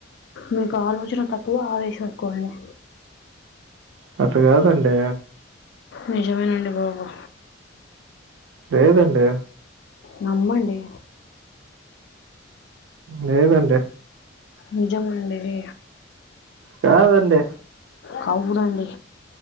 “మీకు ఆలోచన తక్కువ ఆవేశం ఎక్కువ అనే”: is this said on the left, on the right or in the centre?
Left